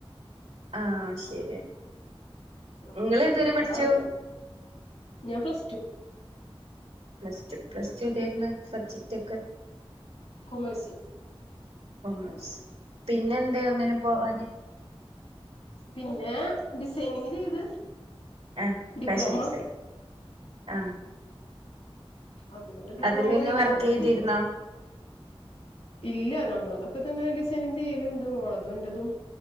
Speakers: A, on the right; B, on the left.
A: ആഹ് ശരിയാ
B: ഉം
A: ഇങ്ങള് ഏതുവരെ
B: അപ്പൊ
A: പഠിച്ചു?
B: അതാണ് ഞാൻ plus two
A: plus two plus two ഏതായിര്ന്ന് സബ്ജക്റ്റ്ക്കെ?
B: കോമേഴ്‌സ്
A: കൊമേഴ്സ് പിന്നെന്താ ഒന്നിനും പോവാന്
B: പിന്നെ ഡിസൈനിങ് ചെയ്ത്
A: ആഹ്
B: ഡിപ്ലോമ
A: ഫാഷൻ ഡിസൈൻ ആഹ്
B: അത് ഡിപ്ലോമ
A: അതില് പിന്നെ
B: കഴിഞ്ഞ്
A: വർക്ക് ചെയ്തിരുന്നോ
B: പിന്നെ ഇല്ല നമ്മളതൊക്കെ തന്നെ ഡിസൈനിങ് ചെയ്യല്ണ്ട് മോളതും എന്റതും